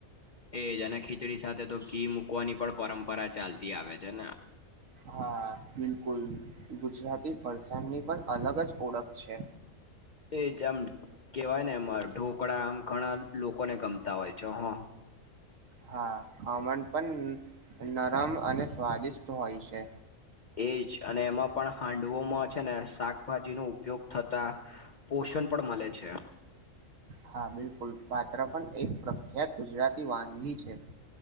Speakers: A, on the left; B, on the right.
A: એજ અને ખીચડી સાથે તો ઘી મૂકવાની પણ પરંપરા ચાલતી આવે છે ને
B: હા બિલકુલ ગુજરાતી ફરસાણની પણ અલગ જ ઓળખ છે.
A: એજ આમ કેવાય ને એમાં ઢોકળા આમ ઘણા લોકોને ગમતા હોય છે હ.
B: હા ખમણ પણ નરમ અને સ્વાદિષ્ટ હોય છે.
A: એજ અને એમાં પણ હાંડવોમાં છે ને શાકભાજી નું ઉપયોગ થતા પોષણ પણ મળે છે.
B: હા બિલકુલ પાત્ર પણ એક પ્રખ્યાત ગુજરાતી વાનગી છે.